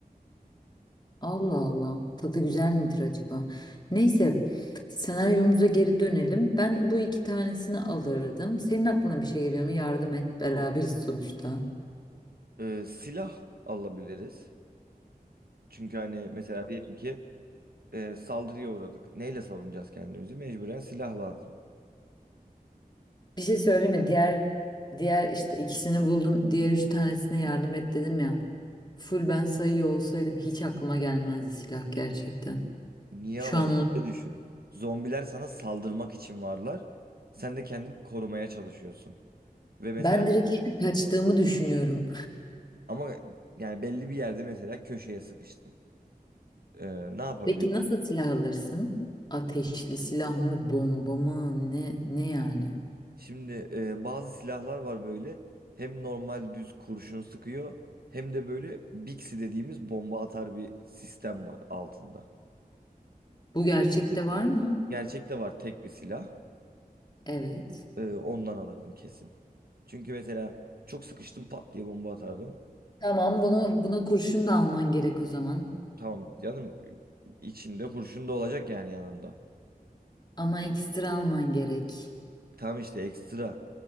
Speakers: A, on the left (about 30°); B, on the right (about 75°).
A: Allah Allah. Tadı güzel midir acaba? Neyse, senaryomuza geri dönelim. Ben bu iki tanesini alırdım. Senin aklına bir şey geliyor mu? Yardım et. Beraberiz sonuçta.
B: Ee, silah alabiliriz. Çünkü hani mesela diyelim ki e, saldırıya uğradık. Neyle savunacağız kendimizi? Mecburen silah lazım.
A: Bir şey söyleyeyim mi? Diğer diğer işte ikisini buldum. Diğer üç tanesine yardım et dedim ya. Full ben sayıyor olsaydım hiç aklıma gelmezdi silah gerçekten.
B: Niye
A: Şu
B: ama?
A: an onu
B: Ne düşün. Zombiler sana saldırmak için varlar. Sen de kendini korumaya çalışıyorsun. Ve mesela
A: ben direkt işte kaçtığımı düşünüyorum.
B: ama yani belli bir yerde mesela köşeye sıkıştın. E, ne yapabilirsin?
A: Peki nasıl silah alırsın? Ateşli silah mı, bomba mı? Ne ne yani?
B: Şimdi e, bazı silahlar var böyle. Hem normal düz kurşun sıkıyor hem de böyle Bixi dediğimiz bomba atar bir sistem var altında.
A: Bu gerçekte var mı?
B: Gerçekte var tek bir silah.
A: Evet.
B: Ee, ondan alırdım kesin. Çünkü mesela çok sıkıştım pat diye bomba atardım.
A: Tamam, bunu buna kurşun da alman gerek o zaman.
B: Tamam canım içinde kurşun da olacak yani yanında.
A: Ama ekstra alman gerek.
B: Tam işte ekstra